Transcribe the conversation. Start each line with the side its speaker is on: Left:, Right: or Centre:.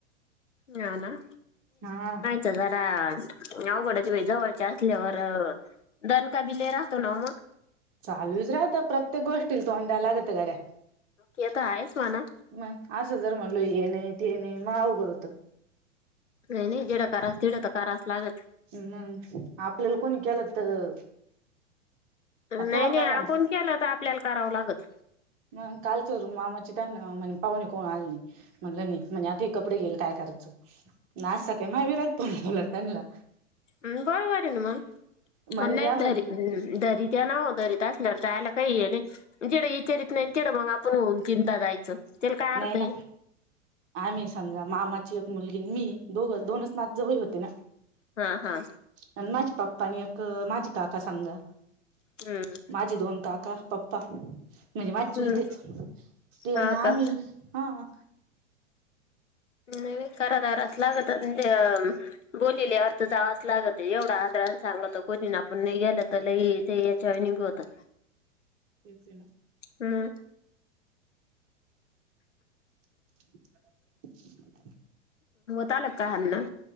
Left: हा ना
Right: हा
Left: जरा अवघडची आहे जवळच्या असल्यावर दन का बि लाई राहतो ना मग,
Right: चालूच राहत प्रत्येक गोष्टी तोंडाय लागत गड्या
Left: ते तर आहेच म्हणा
Right: मग असं जर म्हणलो हे नाही ते नाही मग अवघड होतो
Left: नाही नाही जेवढं तर करा तेवढं करावंच लागतं
Right: हम्म आपल्याला कोणी केलं तर आता
Left: नाही,
Right: तुम्हाला
Left: नाही
Right: काय
Left: आपण
Right: सांग
Left: केलं तर आपल्याला करावं लागत
Right: मग कालच रूम मामाचे त्यांना म्हणे पाहुणे कोण आलेणे म्हणलं नाही म्हणजे आता हे कपडे गेले काय करायचं ना असं का विरात दोन मुला त्यांला.
Left: हम बरोबर आहे ना मग
Right: म्हणे
Left: नाही
Right: या म्हणे
Left: तरी त्या नाव दरीत असल्यावर जायला काही ये नाही जेढ विचारित नाही तेढं मग आपण होऊन चिंता जायची तेल काय अर्थ
Right: नाही ना
Left: आहे
Right: आम्ही समजा, मामाची एक मुलगी मी दोघ दोनच नातं जवळ होते ना
Left: हां, हा.
Right: आणि माझे पप्पा आणि एक माझे काका समजा,
Left: हम्म
Right: माझे दोन का का पप्पा, म्हणजे माझे चुलतेच,
Left: हम्म
Right: तेना
Left: हा का
Right: आम्ही हा.
Left: नाही कराधराच लागतं, म्हणजे बोलिल्यार. ते जावंच लागतं, एवढं आदरान सांगतं कोणीन, आपण नाही गेलं तर लई ते याच्या वानी बी होतं.
Right: तेच ये ना.
Left: उअ.
Right: <inaudible>
Left: त्याला काय हाणन.